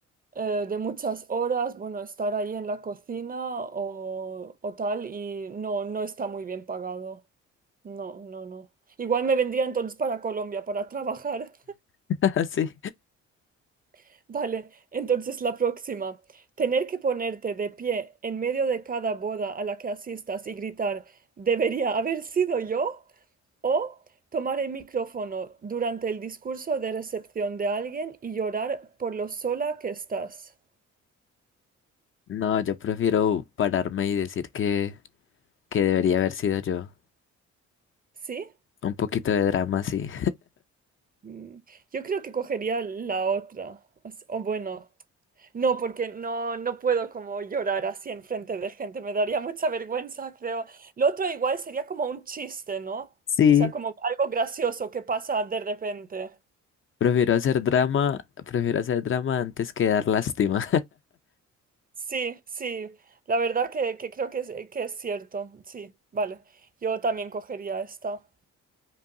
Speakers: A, on the right (about 30°); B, on the left (about 45°).
A: eh, de muchas horas, bueno, estar ahí en la cocina o, o tal, y no, no está muy bien pagado. No, no, no. Igual me vendría entonces para Colombia para trabajar.
B: <laughs> Sí.
A: <laughs> Vale, entonces la próxima. Tener que ponerte de pie en medio de cada boda a la que asistas y gritar, ¿debería haber sido yo? O tomar el micrófono durante el discurso de recepción de alguien y llorar por lo sola que estás.
B: No, yo prefiero pararme y decir que, que debería haber sido yo.
A: ¿Sí?
B: Un poquito de drama, sí.
A: Mm, Yo creo que cogería la otra. O, s- o bueno, no, porque no, no puedo como llorar así en frente de gente. Me daría mucha vergüenza, creo. Lo otro igual sería como un chiste, ¿no?
B: Sí.
A: O sea, como algo gracioso que pasa de repente.
B: Prefiero hacer drama, prefiero hacer drama antes que dar lástima.
A: Sí, sí. La verdad que, que creo que es, que es cierto. Sí, vale. Yo también cogería esta.